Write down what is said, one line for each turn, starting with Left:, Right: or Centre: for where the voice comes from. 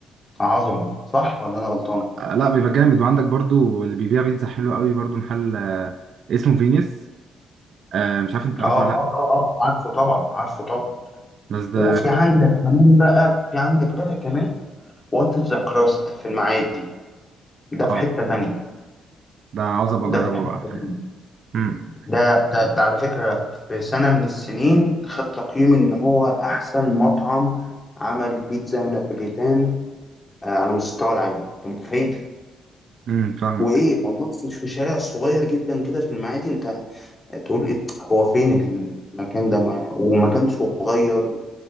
Left: عظمه صح ولا انا غلطان
Right: آه، لا بيبقى جامد وعندك برضو اللي بيبيع بيتزا حلوه قوي برضو محل آه، اسمه فينيس آه مش عارف انت عارفه
Left: اه اه
Right: ولا لا
Left: اه اه آه، عارفه طبعا عارفه طبعا
Right: بس ده
Left: وفي عندك كمان بقى في عندك بقى كمان وات ذا كراست في المعادي ده
Right: اه
Left: في حته تانية
Right: ده عاوز ابقى
Left: ده
Right: اجربه
Left: في حته
Right: بقى
Left: تانية
Right: امم
Left: ده ده, ده على فكره في سنه من السنين خد تقييم ان هو احسن مطعم عمل بيتزا نابوليتان آه، على مستوى العالم انت متخيل
Right: امم فاهمك
Left: وايه موجود في في شارع صغير جدا كده في المعادي انت تقول إيه هو فين المكان ده ما- ومكان صغير